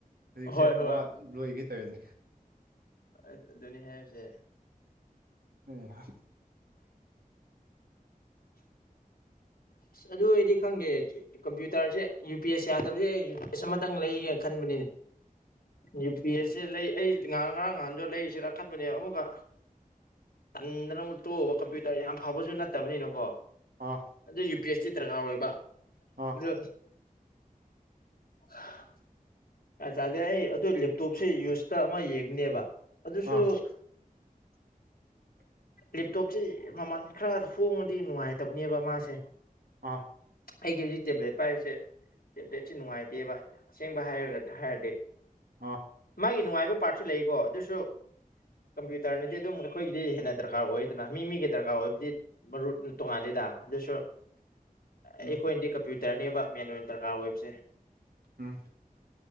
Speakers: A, on the right; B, on the left.
A: ꯍꯧꯖꯤꯛꯁꯦ
B: ꯍꯣꯏ ꯍꯣꯏ
A: ꯋꯥ ꯂꯣꯏꯒꯦ ꯇꯩꯅꯦ
B: ꯑꯗꯨꯅꯤ ꯍꯥꯏꯕꯁꯦ
A: ꯑꯩꯍꯥ
B: ꯑꯁ ꯑꯗꯨ ꯑꯩꯗꯤ ꯈꯪꯗꯦ ꯀꯝꯄ꯭ꯌꯨꯇꯔꯁꯦ ꯌꯨ ꯄꯤ ꯑꯦꯁ ꯌꯥꯗꯕꯁꯦ ꯌꯨ ꯄꯤꯁ ꯑꯃꯇꯪ ꯂꯩꯒꯦꯅ ꯈꯟꯕꯅꯦ ꯅꯦ ꯌꯨ ꯄꯤ ꯑꯦꯁꯁꯦ ꯂꯩ ꯑꯩ ꯉ ꯉꯔꯥꯡ ꯅꯍꯥꯟꯗꯣ ꯂꯩꯁꯤꯔ ꯈꯟꯕꯅꯦ ꯑꯃꯨꯛꯀ ꯇꯟꯗꯅ ꯑꯃꯨꯛ ꯇꯣꯛꯑꯕ ꯀꯝꯄ꯭ꯌꯨꯇꯔ ꯌꯥꯝ ꯐꯕꯁꯨ ꯅꯠꯇꯕꯅꯤꯅꯀꯣ
A: ꯑꯥ
B: ꯑꯗꯨ ꯌꯨ ꯄꯤ ꯑꯦꯁ ꯇꯤ ꯗꯔꯀꯥꯔ ꯑꯣꯏꯕ
A: ꯑꯥ
B: ꯑꯗꯨ <unintelligible> ꯖꯥꯠ ꯖꯥꯠꯅꯦ ꯑꯩ ꯑꯗꯨ ꯂꯦꯞꯇꯣꯞꯁꯦ ꯌꯨꯁꯇ ꯑꯃ ꯌꯦꯡꯅꯦꯕ ꯑꯗꯨꯁꯨ
A: ꯑꯥ <inaudible>
B: ꯂꯦꯞꯇꯣꯞꯁꯦ ꯃꯃꯜ ꯈꯔ ꯍꯣꯡꯉꯗꯤ ꯅꯨꯡꯉꯥꯏꯇꯕꯅꯦꯕ ꯃꯥꯁꯦ
A: ꯑꯥ
B: ꯑꯩꯒꯤ ꯍꯨꯖꯤꯛ ꯇꯦꯕ꯭ꯂꯦꯠ ꯄꯥꯏꯔꯤꯁꯦ ꯇꯦꯕ꯭ꯂꯦꯠꯁꯦ ꯅꯨꯡꯉꯥꯏꯇꯦꯕ ꯑꯁꯦꯡꯕ ꯍꯥꯏꯔꯒ ꯍꯥꯏꯔꯗꯤ
A: ꯑꯥ
B: ꯃꯥꯒꯤ ꯅꯨꯡꯉꯥꯏꯕ ꯄꯥꯔꯠꯁꯨ ꯂꯩꯀꯣ ꯑꯗꯨꯁꯨ ꯀꯝꯄ꯭ꯌꯨꯇꯔꯅꯗꯤ ꯑꯗꯨꯝ ꯑꯩꯈꯣꯏꯒꯤꯗꯤ ꯍꯦꯟꯅ ꯗꯔꯀꯥꯔ ꯑꯣꯏꯗꯅ ꯃꯤ ꯃꯤꯒꯤ ꯗꯔꯀꯥꯔ ꯑꯣꯏꯕꯗꯤ ꯃꯔꯨꯠ ꯇꯣꯉꯥꯜꯂꯦ ꯗꯥ ꯑꯗꯨꯁꯨ
A: <unintelligible> ꯎꯝ
B: ꯑꯩꯈꯣꯏꯅꯗꯤ ꯀꯝꯄ꯭ꯌꯨꯇꯔꯅꯦꯕ ꯃꯦꯟ ꯑꯣꯏ ꯗꯔꯀꯥꯔ ꯑꯣꯏꯕꯁꯦ
A: ꯎꯝ